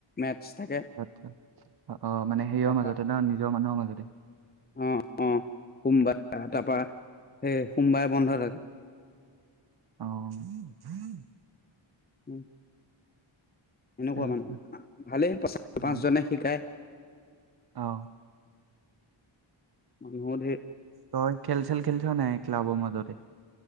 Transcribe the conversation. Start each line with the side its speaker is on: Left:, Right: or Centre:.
Left: মেটছ থাকে।
Right: আচ্ছা, অ মানে সেইয়ৰ
Left: তাৰপা
Right: মাজতে ন নিজৰ মানুহৰ মাজতে
Left: অ' অ' সোমবাৰে তাৰপা সেই সোমবাৰে বন্ধ থাকে।
Right: অ',
Left: <unintelligible> সেনেকুৱা
Right: ঠিকে আছে
Left: মানে ভালেই পাচ পাঁচজনে
Right: অ'
Left: শিকায়।
Right: অ।
Left: মানুহ ধেৰ।
Right: ত খেল ছেল খেলিছ নাই ক্লাবৰ মাজতে ই।